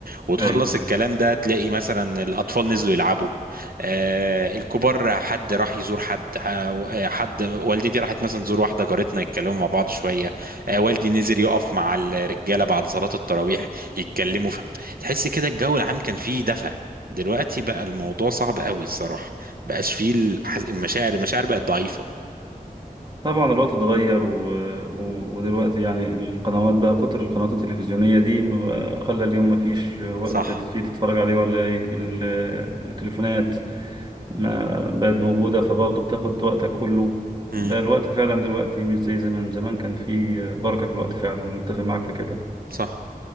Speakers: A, on the right (about 75°); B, on the right (about 30°).
A: وتخلص
B: أي
A: الكلام ده تلاقي مثلا الأطفال نزلوا يلعبوا آه الكبار حد راح يزور حد ح- آه، حد والدتي راحت مثلا تزور واحدة جارتنا يتكلموا مع بعض شوية آه والدي نزل يقف مع الرجالة بعد صلاة التراويح يتكلموا ف... تحس كده الجو العام كان فيه دفى دلوقتي بقى الموضوع صعب قوي الصراحة بقاش فيه الح- المشاعر المشاعر بقت ضعيفة
B: طبعا الوقت اتغير و... و... ودلوقتي يعني القنوات بقى كتر القنوات التلفزيونية دي ما بقى- خلى اليوم ما فيش وقت
A: صح
B: فيه تتفرج عليه ولا إيه ال... التليفونات ما بقت موجودة فبرضه بتاخد وقتك كله
A: امم
B: بقى الوقت فعلا دلوقتي مش زي زمان زمان كان فيه بركة في الوقت فعلا متفق معاك في كده
A: صح